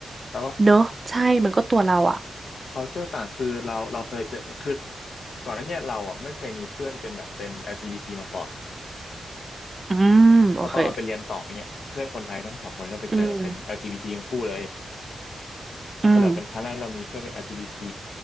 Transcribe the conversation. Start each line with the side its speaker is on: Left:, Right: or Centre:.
Left: แล้วก็
Right: เนอะใช่มันก็ตัวเราอ่ะ
Left: culture ต่างคือเราเราเคยเจอคือก่อนหน้าเนี้เราอ่ะไม่เคยมีเพื่อนเป็นแบบเป็น LGBT มาก่อน
Right: อืมโอเค
Left: เพราะตอนเราไปเรียนต่อเนี้ยเพื่อนคนไทยทั้งสองคนก็ไปเจอเป็น
Right: อืม
Left: LGBT ททั้งคู่เลย
Right: อืม
Left: ก็เลยเป็นครั้งแรกที่เรามีเพื่อนเป็น LGBT